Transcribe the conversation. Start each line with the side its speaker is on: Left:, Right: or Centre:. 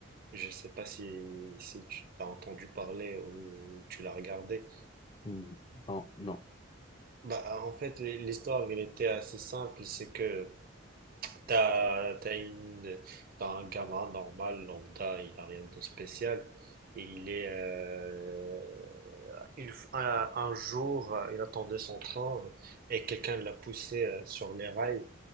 Right: Je sais pas si, si tu t'as entendu parler ou tu l'as regardé.
Left: Mm. Non, non.
Right: Bah, en fait, l'histoire, elle était assez simple, c'est que T'as, t'as une, t'as un gamin normal, lambda, il n'a rien de spécial. Et il est, euh, il, un, un jour, euh, il attendait son train et quelqu'un l'a poussé euh, sur les rails.